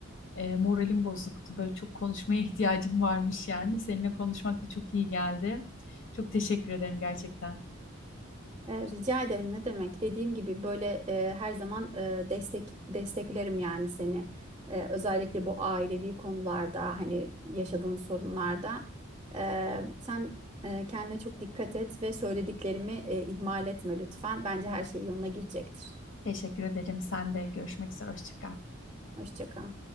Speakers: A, on the left (about 60°); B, on the right (about 20°).
A: e, moralim bozuktu. Böyle çok konuşmaya <laughs> ihtiyacım varmış yani. Seninle konuşmak da çok iyi geldi. Çok teşekkür ederim gerçekten.
B: E, Rica ederim ne demek? Dediğim gibi böyle e, her zaman e, destek desteklerim yani seni. E, özellikle bu ailevi konularda hani yaşadığın sorunlarda. E, sen e, kendine çok dikkat et ve söylediklerimi e, ihmal etme lütfen. Bence her şey yoluna girecektir.
A: Teşekkür ederim. Sen de görüşmek üzere. Hoşça kal.
B: Hoşça kal.